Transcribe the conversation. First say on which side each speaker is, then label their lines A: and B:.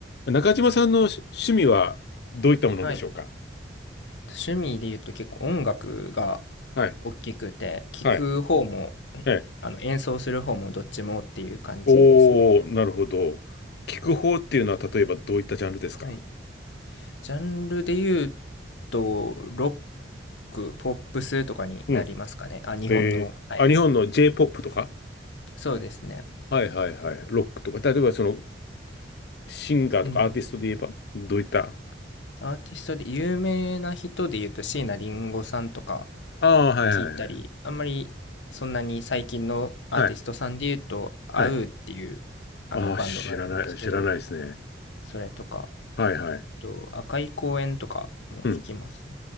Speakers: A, on the left (about 60°); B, on the left (about 80°).
A: 中島さんの趣趣味はどういったものでしょうか
B: はい。趣味で言うと結構音楽が
A: はい。
B: 大きくて、聴く方も、
A: はい。
B: えあの演奏する方もどっちもっていう感じですね。
A: ええ。おー、なるほど。聞く方っていうのは例えばどういったジャンルですか
B: はい。ジャンルで言うと、ロック、ポップスとかになりますかね。
A: うん。
B: あ、日本の。
A: えーあ、
B: はい。
A: 日本の J-POP とか
B: そうですね。
A: はいはいはい。ロックとか。例えばそのシンガーとかアーティストで言えばどういった
B: うん。アーティストで有名な人で言うと椎名林檎さんとか
A: ああ、はいはいはい。
B: 聞いたり、あんまりそんなに最近のアーティストさんで言うと、
A: はい。
B: アウーっていうあのバンドがあるんですけど、
A: はい。ああ、知らない、知らないですね。
B: それとか、
A: はいはい。
B: あと赤い公園とかも聞きますね。
A: うん。